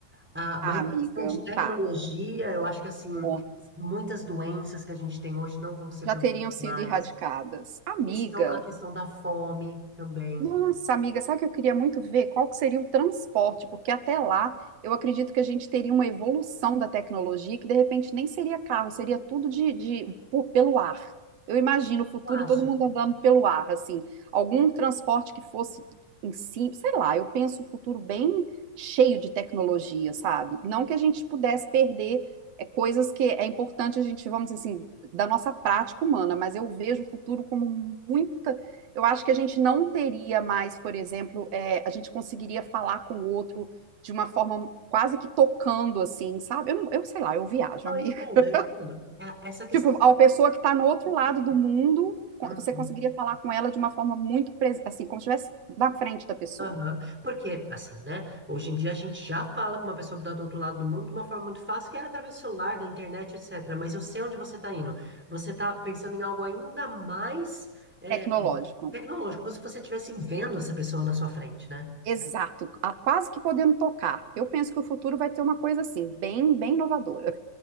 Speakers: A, in the centre; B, on the right.
A: Ah,
B: Ah,
A: mas
B: amiga,
A: em questão de tecnologia,
B: tá.
A: eu acho que assim,
B: Bom,
A: muitas doenças que a gente tem hoje não vão ser problemas
B: já teriam sido
A: mais.
B: erradicadas. Amiga.
A: Questão, a questão da fome também.
B: Nossa, amiga, sabe o que eu queria muito ver? Qual que seria o transporte? Porque até lá eu acredito que a gente teria uma evolução da tecnologia que de repente nem seria carro, seria tudo de, de- pô, pelo ar. Eu imagino o futuro
A: Eu acho.
B: todo mundo andando pelo ar, assim, algum transporte que fosse em si, sei lá, eu penso um futuro bem cheio de tecnologia, sabe? Não que a gente pudesse perder é, coisas que é importante a gente, vamos dizer assim, da nossa prática humana, mas eu vejo o futuro como muita eu acho que a gente não teria mais, por exemplo, é, a gente conseguiria falar com o outro de uma forma quase que tocando, assim, sabe? Eu, eu sei lá, eu viajo,
A: Não,
B: amiga.
A: eu entendo,
B: <laughs>
A: eu entendo. É, Essa questão.
B: Tipo, a pessoa que está no outro lado do mundo, co-
A: Hum.
B: você conseguiria falar com ela de uma forma muito, pres- assim, como se estivesse na frente da pessoa.
A: Aham. Porque, assim, né? Hoje em dia a gente já fala com uma pessoa que está do outro lado do mundo de uma forma muito fácil, que é através do celular, da internet, etc. Mas eu sei onde você está indo. Você está pensando em algo ainda mais é,
B: Tecnológico.
A: tecnológico, como se você estivesse vendo essa pessoa na sua frente, né?
B: Exato. Ah, Quase que podendo tocar. Eu penso que o futuro vai ter uma coisa assim, bem, bem inovadora.